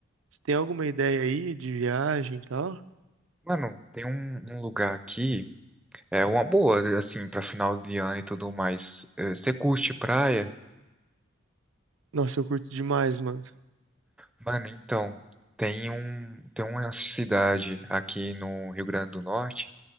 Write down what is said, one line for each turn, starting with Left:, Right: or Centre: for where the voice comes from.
Right: Você tem alguma ideia aí de viagem e tal?
Centre: Mano, tem um, um lugar aqui, é uma boa, assim, pra final de ano e tudo mais. Eh, Você curte praia?
Right: Nossa, eu curto demais, mano.
Centre: Mano, então, tem um, tem uma cidade aqui no Rio Grande do Norte